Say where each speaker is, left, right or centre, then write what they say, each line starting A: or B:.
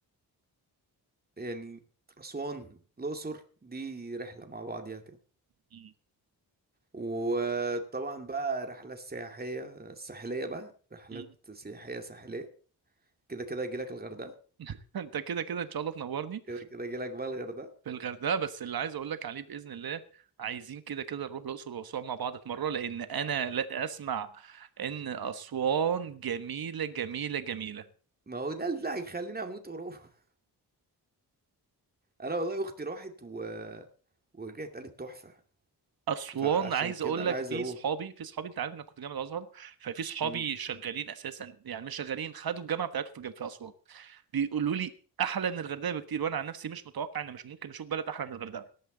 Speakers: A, on the right (about 25°); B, on the right (about 60°).
A: يعني اسوان الاقصر دي رحله مع بعضيها كده
B: م-
A: وطبعا بقى رحلة سياحية ساحلية بقى رحلات
B: م.
A: سياحية ساحلية كده كده يجيلك الغردقة
B: <laughs> انت كده كده ان شاء الله تنورني
A: كده كده يجيلك بقى الغردقة
B: في الغردقه بس اللي عايز اقول لك عليه باذن الله عايزين كده كده نروح الاقصر واسوان مع بعض في مره لان انا لا اسمع ان اسوان جميله جميله جميله
A: ما هو ده اللي هيخليني اموت واروح <laughs> انا والله اختي راحت و... ورجعت قالت تحفة
B: اسوان
A: فعشان
B: عايز
A: كده
B: اقول
A: انا
B: لك
A: عايز
B: في
A: اروح
B: صحابي في صحابي انت عارف انا كنت جامعه ازهر ففي صحابي
A: امم
B: شغالين اساسا يعني مش شغالين خدوا الجامعه بتاعتهم في جنب في اسوان بيقولوا لي احلى من الغردقه بكتير وانا عن نفسي مش متوقع ان مش ممكن اشوف بلد احلى من الغردقه